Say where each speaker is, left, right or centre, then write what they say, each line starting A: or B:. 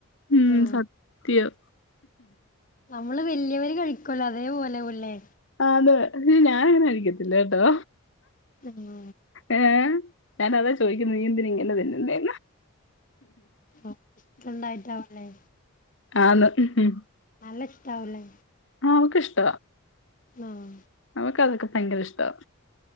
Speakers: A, on the left (about 60°); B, on the left (about 35°).
A: ഉമ്
B: ആ
A: സത്യം
B: നമ്മള് വല്ല്യവര് കഴിക്കൊല്ലോ അതേപോലെ ആവൊ ല്ലേ?
A: ആഹ് തെ ഇഹ് ഞാനങ്ങനെ അഴിക്കത്തില്ല കേട്ടോ
B: ഉമ്
A: ഏഹ് ഞാനതാ ചോയിക്കുന്നെ നീ എന്തിന ഇങ്ങനെ തിന്നുന്നെ
B: ഓഹ് ഇഷ്ടണ്ടായിട്ടാവൊല്ലേ
A: ആന്ന് ഉമ്
B: നല്ല ഇഷ്ടാവൊ ല്ലേ
A: ആഹ് അവക്കിഷ്ട
B: ആഹ്
A: അവക്ക് അതൊക്കെ ഭയങ്കര ഇഷ്ടവാ